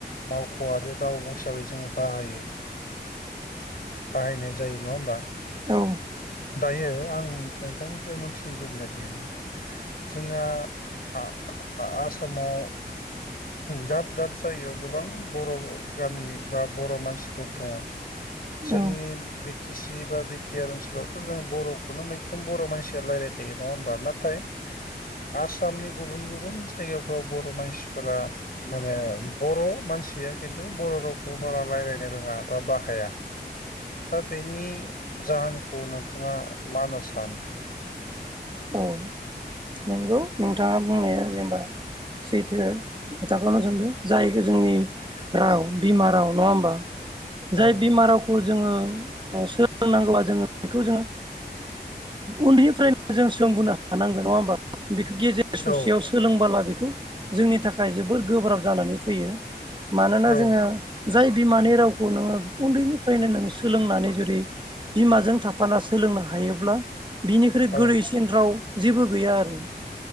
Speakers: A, on the left; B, on the right.
A: मावख'आ आरो राव हिसाबै जोङो बाहायो। बाहायनाय जायो नङा होमबा?
B: औ
A: दायो आं नोंथांनिफ्राय मोनथिनो लुबैनाया बेनो जोंहा आ -आसामाव दाब दाब जायगायाव गोबां बर' गामि बा बर' मानसिफोर दङ।
B: औ
A: जोंनि बि टि सि बा बिटिआर ओनसोलाव जों बर'खौनो मैखोम बर' मानसिया रायज्लायखायो नङा होमबा? नाथाय आस आसामनि गुबुन गुबुन जायगाफ्राव बर' मानसिफोरा माने बर' मानसिया खिन्थु बर' रावखौ बारा रायज्लायनो रोङा बा बाहाया। दा बेनि जाहोनखौ नोंथाङा मा होनना सानो?
B: औ नंगौ नोंथाङा बुंनाया जेनेबा सैथो खोथाखौनो सानदों जाय जोंनि राव बिमा राव नङा होमबा? जाय
A: औ
B: बिमा रावखौ जोङो ओ सोलोंनांगौआ जोङो बेखौ जोङो उन्दैनिफ्राय जों सोंबोनो हानांगोन। नङा होमबा? बिखौ गेजेर
A: औ
B: ससेयाव सोलोंबोला बि खौ जोंनि थाखाय जोबोर गोब्राब जानानै फैयो। मानोना
A: औ
B: जोङो जाय बिमानि रावखौ नोङो उन्दैनिफ्रायनो नों सोलोंनानै जुदि बिमाजों थाफाना सोलोंनो हायोब्ला बिनिख्रुइ
A: औ
B: गोरलैसिन राव जेबो गैया आरो।